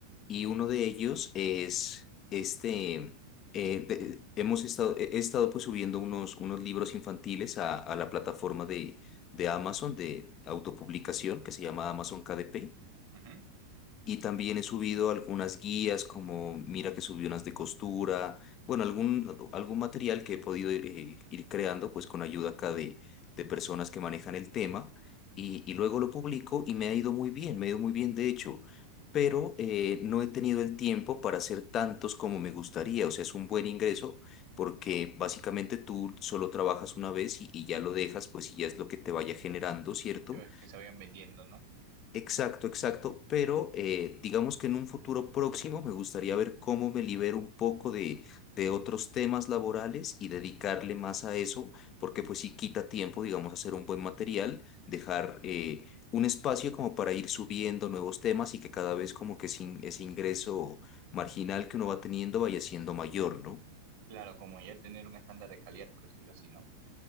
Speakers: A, on the left; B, on the right.
A: y uno de ellos es este, eh, de- hemos estado, he he estado pues subiendo unos, unos libros infantiles a, a la plataforma de, de Amazon de autopublicación que se llama Amazon KDP.
B: ujú.
A: Y también he subido algunas guías, como mira que subí unas de costura, bueno, algún, algún material que he podido eh, ir creando, pues con ayuda acá de, de personas que manejan el tema, y, y luego lo publico y me ha ido muy bien, me ha ido muy bien de hecho, pero eh, no he tenido el tiempo para hacer tantos como me gustaría, o sea, es un buen ingreso porque básicamente tú solo trabajas una vez y, y ya lo dejas, pues y ya es lo que te vaya generando, ¿cierto?
B: Que, ves que se vayan vendiendo, ¿no?
A: Exacto, exacto, pero eh, digamos que en un futuro próximo me gustaría ver cómo me libero un poco de, de otros temas laborales y dedicarle más a eso, porque pues sí quita tiempo, digamos, hacer un buen material, dejar eh, un espacio como para ir subiendo nuevos temas y que cada vez como que sin- ese ingreso marginal que uno va teniendo vaya siendo mayor, ¿no?
B: Claro, como ya tener un estándar de calidad, por decirlo así, ¿no?